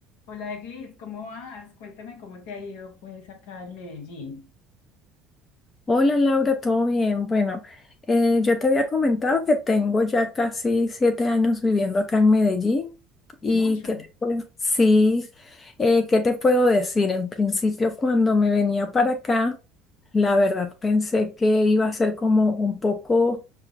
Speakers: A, on the left (about 65°); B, on the left (about 30°).
A: Hola Eglis, ¿cómo vas? Cuéntame cómo te ha ido pues acá en Medellín.
B: Hola Laura, ¿todo bien? Bueno, eh, yo te había comentado que tengo ya casi siete años viviendo acá en Medellín y
A: Mucho.
B: que te puedo, sí, eh, ¿qué te puedo decir? En principio, cuando me venía para acá, la verdad pensé que iba a ser como un poco